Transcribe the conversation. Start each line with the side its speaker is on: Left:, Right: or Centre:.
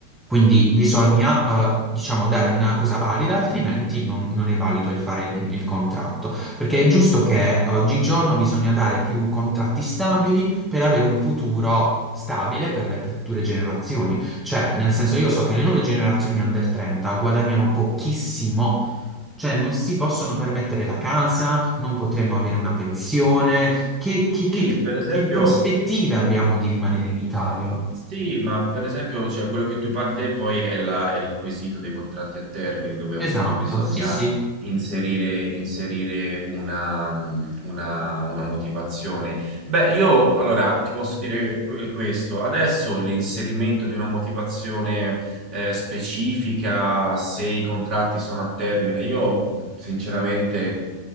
Centre: Quindi bisogna, eh, diciamo, dare una cosa valida, altrimenti non, non è valido il fare il, il contratto. Perché è giusto che eh, oggigiorno bisogna dare più contratti stabili per avere un futuro stabile per le future generazioni. Cioè, nel senso, io so che le nuove generazioni under 30 guadagnano pochissimo. Cioè, non si possono permettere la casa, non potremo avere una pensione. che che-
Right: Sì,
Centre: che-
Right: per esempio...
Centre: che prospettive abbiamo di rimanere in Italia?
Right: Sì, ma per esempio, cioè, quello che tu parli te poi è, la- è il quesito dei contratti a termine, dove
Centre: Esatto,
Right: appunto bisogna
Centre: sì, sì.
Right: inserire, inserire una, una- una motivazione. Beh, io allora ti posso dire que- questo. Adesso l'inserimento di una motivazione eh, specifica, se i contratti sono a termine, io sinceramente.